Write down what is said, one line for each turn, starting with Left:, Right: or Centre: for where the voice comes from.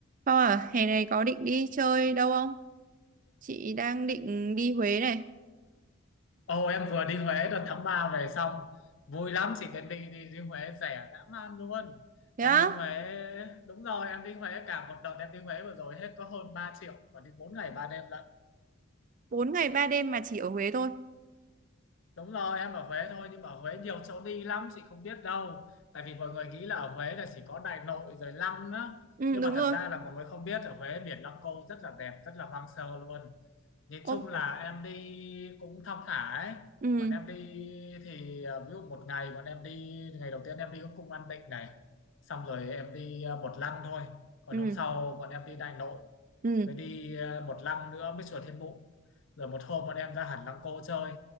Right: Không à, hè này có định đi chơi đâu không? Chị đang định đi Huế này.
Left: Ồ em vừa đi Huế đợt tháng 3 về xong vui lắm chỉ cần đi đi đi Huế rẻ dã man luôn
Right: Thế
Left: em
Right: á,
Left: đi Huế đúng rồi em đi Huế cả một đợt em đi Huế vừa rồi hết có hơn 3 triệu và đi 4 ngày 3 đêm lận
Right: bốn ngày 3 đêm mà chỉ ở Huế thôi.
Left: Đúng rồi, em ở Huế thôi nhưng mà ở Huế nhiều chỗ đi lắm chị không biết đâu. Tại vì mọi người nghĩ là ở Huế là chỉ có Đại Nội rồi Lăng á.
Right: Ừ,
Left: Nhưng
Right: đúng
Left: mà
Right: rồi.
Left: thật ra là mọi người không biết ở Huế biển Lăng Cô rất là đẹp, rất là hoang sơ luôn. Nhìn
Right: Ô,
Left: chung là em đi cũng thong thả ấy.
Right: ừ,
Left: Bọn em đi thì à, ví dụ một ngày bọn em đi ngày đầu tiên em đi cũng cung An Định này. Xong rồi em đi à, một lăng thôi. Còn
Right: ừ,
Left: hôm sau bọn em đi Đại Nội.
Right: ừ.
Left: Với đi à, một lăng nữa mới chùa Thiên Mụ. Rồi một hôm bọn em ra hẳn Lăng Cô chơi